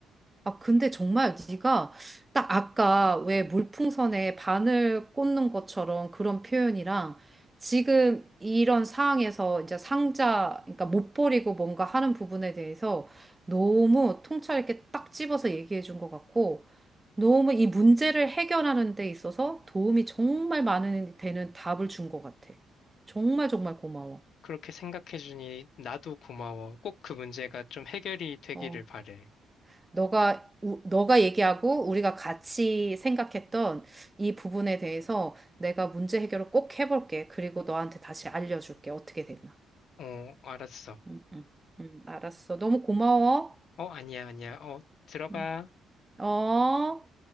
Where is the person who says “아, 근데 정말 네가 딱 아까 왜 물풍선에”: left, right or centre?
Right